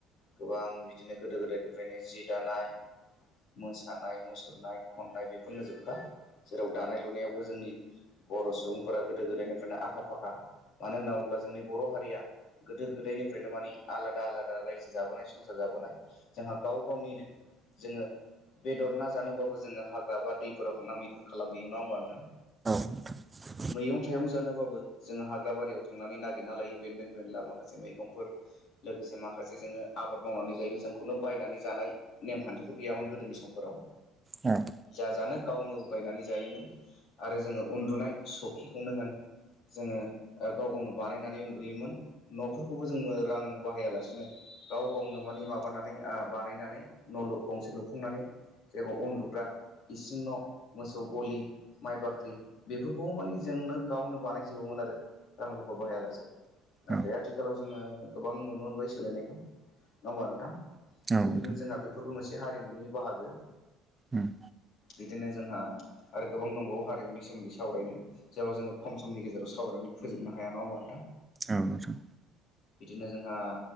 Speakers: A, on the left; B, on the right.
A: गोबां बिदिनो गोदो गोदायनिफ्रायनो जि दानाय मोसानाय मुसुरनाय खननाय बेफोरनो जोबखा जेराव दानाय लुनायावबो जोंनि बर' सुबुंफोरा गोदो गोदायनिफ्रायनो आखा फाखा मानो होनना बुङोब्ला जोंनि बर' हारिया गोदो गोदायनिफ्रायनो माने आलादा आलादा रायजो जाबोनाय संसार जाबोनाय जोंहा गाव गावनिनो जोङो बेदर ना जानोबा खौ जोङो हाग्रा बा दैफोराव थांनानै मैहुर खालामहैयो नङा होमबा नोंथां
B: <inaudible>
A: मैगं थाइगं जानोबाबो जोङो हाग्रा बारियाव थांनानै नागिरना लायो बेन्दों बेनला माखासे मैगंफोर लोगोसे माखासे जोङो आबाद मावनानै जायो जोंखौनो बायनानै जानाय नेम खान्थिफोर गैयामोन गोदोनि समफोराव
B: औ
A: जा जानो गावनो बायनानै जायोमोन आरो जोङो उन्दुनाय सखिखौनो होन जोङो गाव गावनो बानायनानै उन्दुयोमोन न'फोरखौबो जोङो रां बाहायालासिनो गाव गावनो माने माबानानै बानायनानै न' गंसे लुफुंनानै जायखौ उन न्दुग्रा इसिं न' मोसौ गलि माइ बाख्रि बेफोरखौ माने जोंनो गावनो बानायजोबोमोन आरो रां रुफा बाहायालासे
B: औ
A: नाथाय आथिखालाव जोङो गोबां नुनो मोनबाय सोलायनायखौ नङा होमबा नोंथां
B: औ
A: थिग
B: नोंथां
A: बिदिनो जोंहा बेफोरबो मोनसे हारिमुनि बाहागो
B: उम
A: बिदिनो जोंहा आरो गोबां दंबावो हारिमुनि सोमोन्दै सावरायनो जेराव जोङो खम समनि गेजेराव सावरायनानै फोजोबनो हाया नङा होमबा नोंथां
B: औ नोंथां
A: बिदिनो जोंहा